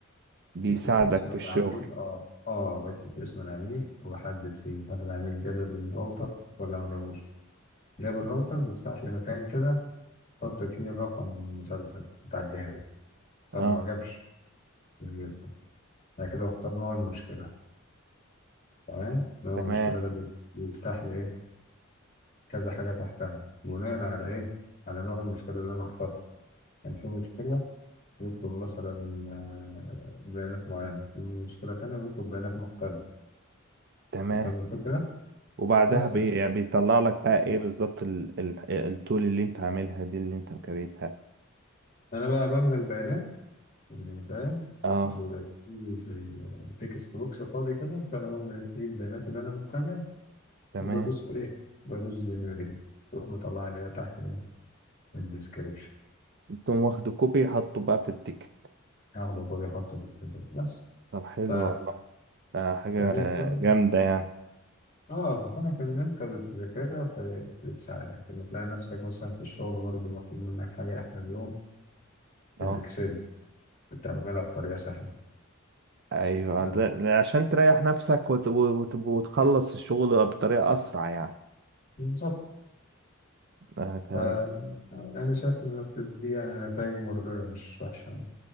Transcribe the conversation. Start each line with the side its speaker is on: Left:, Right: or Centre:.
Right: بيساعدك
Left: بكتب فيه اسم
Right: في الشغل
Left: العميل اه اه بكتب فيه اسم العميل وبحدد فيه هل العميل جاب الراوتر ولا ما جابوش جاب الراوتر بيفتح لي مكان كده احط فيه الرقم المسلسل بتاع الجهاز طب
Right: اه
Left: ما جابش مش بيفتح انا كده بختار نوع المشكلة تمام نوع
Right: تمام
Left: المشكلة ده بي- بيفتح لي ايه كذا حاجة تحتها بناء على ايه على نوع المشكلة اللي انا اخترته كان في مشكلة يطلب مثلا آه، بيانات معينة في مشكلة تانية بيطلب بيانات مختلفة
Right: تمام
Left: فاهم الفكرة؟
Right: وبعدها
Left: بس
Right: بي يعني بيطلع لك بقى ايه بالظبط ال- ال- التول اللي انت عاملها دي اللي انت مكريتها
Left: انا بقى بملى البيانات يعني فاهم
Right: اه
Left: بيبقى فيه زي تكست بوكس فاضي كده فانا بملى فيه البيانات اللي انا محتاجها
Right: تمام
Left: وبدوس ايه بدوس جنريت تروح مطلع لي بقى تحت ايه الديسكربشن
Right: تقوم واخد كوبي حاطه بقى في التيكت
Left: هاخده فاضي احطه في التبلت بس
Right: طب حلو
Left: ف-
Right: والله آه حاجة
Left: فهي كون
Right: جامدة يعني
Left: اه فكونك ان انت بتذاكرها فهي بتساعدك ان تلاقي نفسك مثلا في الشغل برضه مطلوب منك حاجه احنا اليوم في
Right: اه
Left: الاكسل بتعملها بطريقه سهله
Right: ايوه
Left: بدل-
Right: ده- عشان تريح نفسك وت- وت- وتخلص الشغل بطريقة اسرع يعني
Left: بالظبط
Right: آه تا-
Left: فأنا شايف إن الأبتر دي يعني نتائج مرضية مش وحشة يعني